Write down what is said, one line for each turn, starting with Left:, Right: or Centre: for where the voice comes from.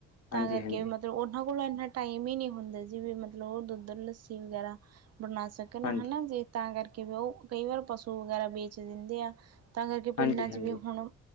Right: ਤਾਂ
Left: ਹਾਂਜੀ,
Right: ਕਰਕੇ,
Left: ਹਾਂਜੀ, ਹਾਂਜੀ,
Right: ਮਤਲਬ ਉਹਨਾਂ ਕੋਲ ਇੰਨਾ ਟਾਈਮ ਹੀ, ਨਹੀਂ ਹੁੰਦਾ। ਤੇ ਜੀਵੇ, ਮਤਲਬ ਉਹ ਦੁੱਧ, ਲੱਸੀ ਵਗੈਰਾ ਬਣਾ ਸਕਣ
Left: ਹਾਂਜੀ,
Right: ਹਨਾ। ਜੇ ਤਾਂ, ਕਰਕੇ। ਕਿ ਉਹ, ਕਈ ਵਾਰ ਪਸੂ, ਵਗੈਰਾ ਵੇਚ ਦਿੰਦੇ ਆ। ਤਾਂ, ਕਰਕੇ
Left: ਹਾਂਜੀ,
Right: ਪਿੰਡਾਂ ਚ
Left: ਹਾਂਜੀ।
Right: ਵੀ ਹੁਣ